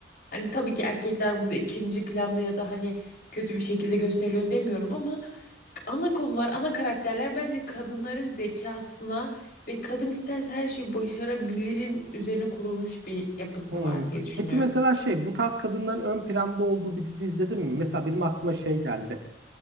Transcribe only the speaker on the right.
Hmm.
Peki mesela şey bu tarz kadınların ön planda olduğu bir dizi izledin mi? Mesela benim aklıma şey geldi.